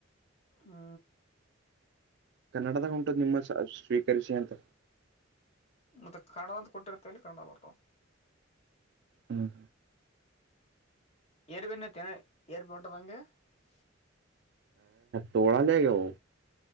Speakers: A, on the left (about 30°); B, on the right (about 60°).
A: ಹ್ಮ
B: ಕನ್ನಡದಾಗ ಉಂಟು ನಿಮ್ಮ ಸ್ವೀಕರಿಸಿ ಅಂತ
A: ಮತ್ತೆ ಕನ್ನಡ ಅಂತ ಕೊಟ್ಟಿರುತ್ತೆ ಅಲ್ಲಿ ಕಂಡ ಬರ್ತಾವ
B: ಹ್ಮ್
A: ಏರ್ ಬನ್ನಟ್ಟಿ ಏರ್ಪಿ ಉಟದಂಗ <unintelligible>
B: ತೋಳ ಲೇಗವು